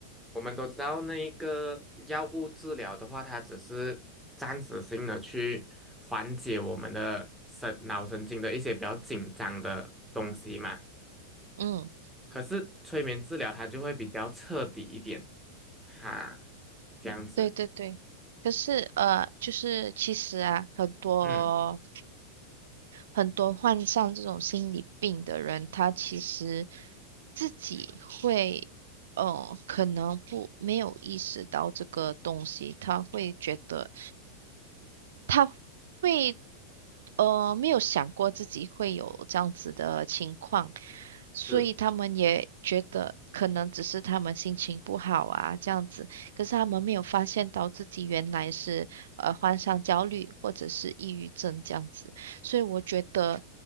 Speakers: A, in the centre; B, on the right.
A: 我们都知道，那一个药物治疗的话，它只是暂时性的去缓解我们的神脑神经的一些比较紧张的东西嘛。
B: 嗯，
A: 可是催眠治疗它就会比较彻底一点，哈，这样子。
B: 对对对。可是呃，就是其实啊，很多。
A: 嗯。
B: 很多患上这种心理病的人，他其实自己会，呃，可能不没有意识到这个东西，他会觉得。他会，呃，没有想过自己会有这样子的情况，所以他们也觉得可能只是他们心情不好啊，
A: 是，
B: 这样子。可是他们没有发现到自己原来是呃患上焦虑或者是抑郁症这样子。所以我觉得，